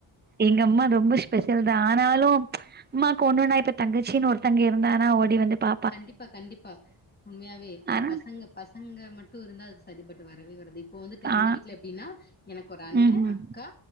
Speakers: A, on the right; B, on the left.
A: எங்க அம்மா ரொம்ப ஸ்பெஷல் தா ஆனாலு அம்மாக்கு ஒண்ணுனா இப்ப தங்கச்சின்னு ஒருதவங்க இருந்தாங்கனா ஓடி வந்து பா
B: கண்டிப்பா கண்டிப்பா உண்மையாவே
A: ஆனா
B: பசங்க பசங்க மட்டு இருந்தா அது செரிப்பட்டு வரவே வராது இப் இப்போ வந்துட்டு
A: ஆ
B: எங்க வீட்ல எப்டினா எனக்கு ஒரு அண்ணே
A: ம் ம்
B: அக்கா